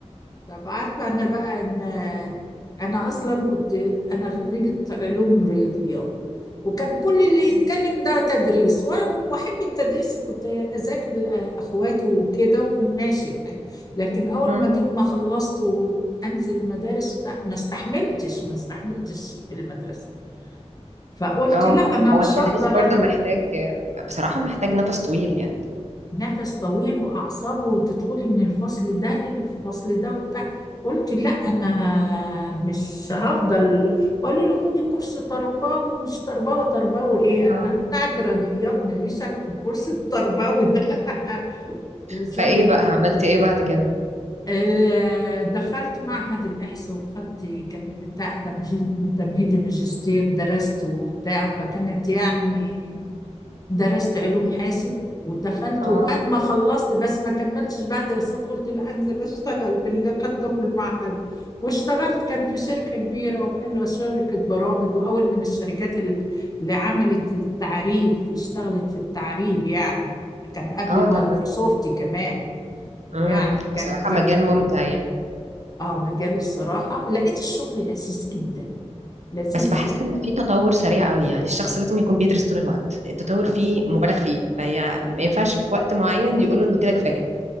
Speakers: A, on the left (about 35°); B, on the right (about 80°).
A: طب عارفة أنا بقى إن أنا أصلا كنت أنا خريجة علوم رياضيات وكان كل اللي
B: مم.
A: يتكلم ده تدريس و- وأحب التدريس كنت أذاكر أخواته وكده وماشي الحال لكن أول
B: مم.
A: ما جيت ما خلصت وأنزل المدارس بتاع- ما استحملتش ما استحملتش في المدرسة فقلت
B: اه
A: لا ما مش
B: هو التدريس
A: هقدر
B: برضه
A: أنا
B: محتاج بصراحة محتاج نفس طويل يعني
A: نفس طويل واعصابه وتدخلي من الفصل ده للفصل ده وبتاع قلت لا انا مش هفضل وقالوا لي خدي كورس تربوي ومش تربوي تربوي ايه انا
B: اه
A: بتاعت رياضيات ماليش انا في الكورس التربوي ده <laughs> وسنه
B: فايه بقى عملتي ايه بعد كده
A: آه، دخلت معهد الإحصاء وخدت كان بتاع تمجيد- تمهيدي ماجستير درست وبتاع فكانت يعني درست علوم حاسب ودخلت
B: اه
A: وبعد ما خلصت بس ما كملتش بقى دراسات قلت لا انزل اشتغل باللي خدته في المعهد واشتغلت كان في شركة كبيرة وحلوة شركة برامج واول من الشركات ال- اللي عملت التعريب اشتغلت في التعريب يعني كان قبل
B: اه
A: مايكروسوفت
B: طب
A: كمان يعني
B: امم
A: كانت
B: بصراحة
A: مك...
B: مجال ممتع يعني
A: اه مجال الصراحة لقيت الشغل لذيذ جدا لذيذ
B: بس بحس
A: جدا
B: ان في تطور سريع قوي يعني الشخص لازم يكون بيدرس طول الوقت التطور فيه مبالغ فيه فهي ما ينفعش في وقت معين يقولوا انه كده كفاية